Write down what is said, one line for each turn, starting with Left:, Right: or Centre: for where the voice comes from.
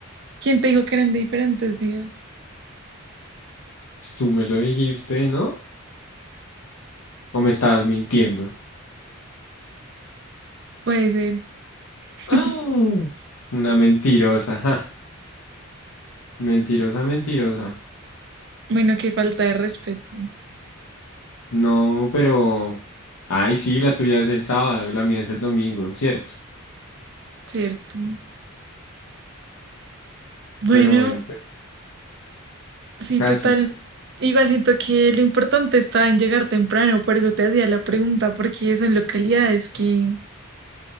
Right: quién te dijo que eran diferentes días?
Left: tú me lo dijiste, ¿no? ¿O me estabas mintiendo?
Right: Puede ser.
Left: ¡Ah!
Right: <laughs>
Left: Una mentirosa, ajá. Mentirosa, mentirosa.
Right: Bueno, qué falta de respeto,
Left: No, pero... Ay, sí, la tuya es el sábado, la mía es el domingo, ¿cierto?
Right: ¿cierto? Bueno,
Left: Pero bueno, pues
Right: sí,
Left: casi.
Right: total. Igual siento que lo importante está en llegar temprano, por eso te hacía la pregunta, porque son localidades que